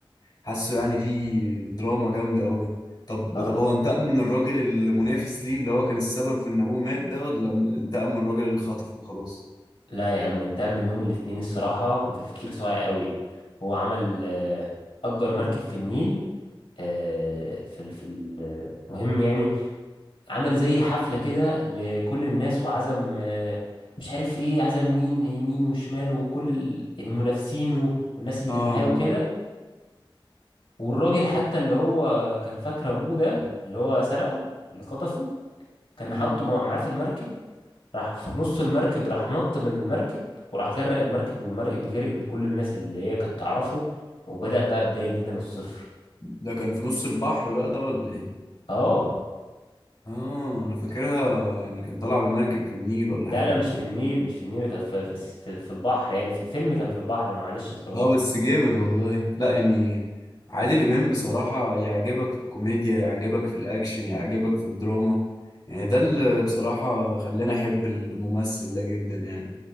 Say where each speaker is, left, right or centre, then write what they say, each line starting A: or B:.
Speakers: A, on the left; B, on the left.
A: حاسه يعني فيه دراما جامدة قوي طب
B: اه
A: طب هو انتقم من الراجل المنافس ليه اللي هو كان السبب في ان ابوه مات ده ولا انتقم من الراجل اللي خطفه وخلاص
B: لا يا عم انتقم منهم الاتنين الصراحة بتفكير صايع قوي هو عمل آه، أجر مركب في النيل آه، في ال- في المهم يعني عمل زي حفلة كده لكل الناس وعزم آه، مش عارف ايه عزم مين يمين وشمال وكل ال... يعني منافسينه والناس اللي
A: اه
B: معاه
A: اه
B: وكده والراجل حتى اللي هو كان فاكر ابوه ده اللي هو سرقه اللي خطفه كان
A: امم
B: حاطه مع- معاه في المركب راح في نص المركب راح نط من المركب وراح غرق المركب والمركب غرقت بكل الناس اللي هي كانت تعرفه وبدأ بقى بداية جديدة من الصفر
A: ده كان في نص البحر بقى ده ولا ايه
B: اه
A: اه انا فاكرها يعني كان طالع بمركب في النيل ولا
B: لا
A: حاجه
B: لا مش في النيل مش في النيل كانت في في في في البحر يعني في الفيلم كان في البحر انا معلش اتلخبطت
A: اه بس جامد والله لا يعني عادل امام بصراحه يعجبك في الكوميديا يعجبك في الاكشن يعجبك في الدراما يعني ده اللي بصراحه خلاني احب الممثل ده جدا يعني